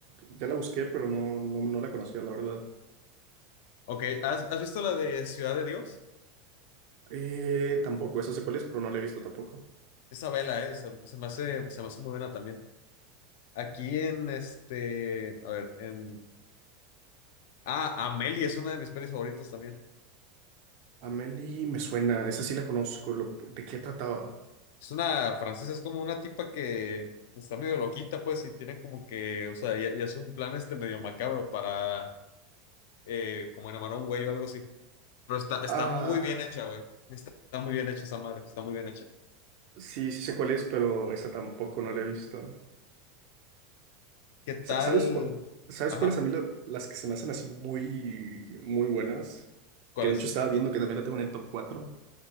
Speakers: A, on the right (about 55°); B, on the left (about 60°).
A: ya la busqué, pero no, no, no la conocía, la verdad.
B: Ok, ¿has, has visto la de Ciudad de Dios?
A: Eh, tampoco, esa sé cuál es, pero no la he visto tampoco.
B: Esa vela, eh, se, se me hace, se me hace muy buena también. Aquí en este, a ver, en... Ah, Amélie es una de mis pelis favoritas también.
A: Amelie me suena, esa sí la conozco, lo- ¿de qué trataba?
B: Es una francesa, es como una tipa que está medio loquita, pues, y tiene como que, o sea, y, y hace un plan este medio macabro para, eh, como enamorar a un güey o algo así. Pero está, está
A: Ah,
B: muy bien hecha, güey. Está, está muy bien hecha esa madre, está muy bien hecha.
A: sí, sí sé cuál es, pero esa tampoco no la he visto.
B: ¿Qué tal?
A: Sa- ¿Sabes cuál? ¿Sabes
B: Ajá,
A: cuáles a mí la- las que se me hacen así muy, muy buenas?
B: ¿cuál
A: Que de
B: es?
A: hecho estaba viendo que también la tengo en el top 4.